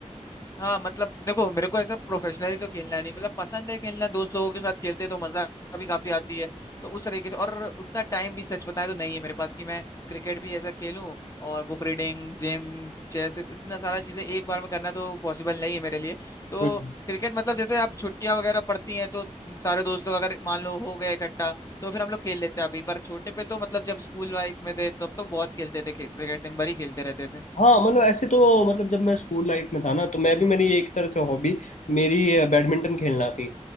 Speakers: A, on the left; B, on the left.
A: हाँ मतलब देखो मेरे को ऐसा प्रोफेशनली तो खेलना नहीं मतलब पसंद है खेलना दोस्त लोगों के साथ खेलते हैं तो मजा भी काफी आती है तो उस तरीके से और उतना टाइम भी सच बताएं तो नहीं है मेरे पास कि मैं क्रिकेट भी ऐसा खेलूं और बुक रीडिंग जिम चेस इतना सारा चीजें एक बार में करना तो पॉसिबल नहीं है मेरे लिए तो
B: हम्म
A: क्रिकेट मतलब जैसे आप छुट्टियां वगैरह पड़ती हैं तो सारे दोस्त लोग अगर मान लो हो गए इकट्ठा तो फिर हम लोग खेल लेते हैं अभी पर छोटे पे तो मतलब जब स्कूल लाइफ में थे तब तो बहुत खेलते थे क्रिकेट दिन भर ही खेलते रहते थे
B: हाँ मतलब ऐसे तो मतलब जब मैं स्कूल लाइफ में था ना तो मैं भी मेरी एक तरह से हॉबी मेरी अ, बैडमिंटन खेलना थी